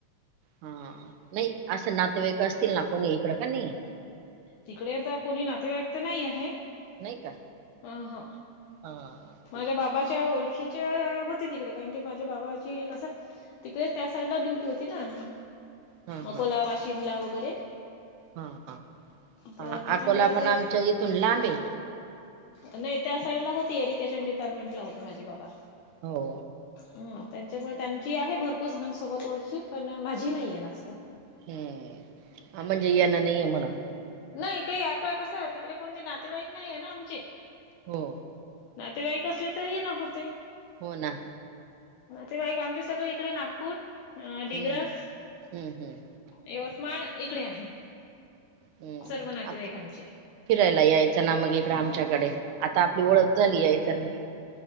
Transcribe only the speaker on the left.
तिकडे आता कोणी नातेवाईकते नाही आहे.
अ, हं.
माझ्या बाबाच्या ओळखीच्या होते तिकडे कारण की माझ्या बाबाची कसं? तिकडे त्या साईडला ड्युटी होती ना
अकोलावा
शिमला वगैरे..
तर
त्याच्यामुळे
ते
नाही त्या साइड ला होती एरिगेशन डिपार्टमेंट ला होते माझी बाबा.
हम त्यांच्यामुळे त्यांची आहे भरपूर जणांसोबत ओळखी पण माझी नाहीये जास्त.
नाही काही आता कसं आहे तिकडे कोणते नातेवाईक नाही आहे ना आमचे.
नातेवाईकसले तरही नव्हते.
ते बाईक आमचे सगळे इकडे नागपूर
डिग्रस..
यवतमाळ इकडे आहे.
सर्व नातेवाईकांचे.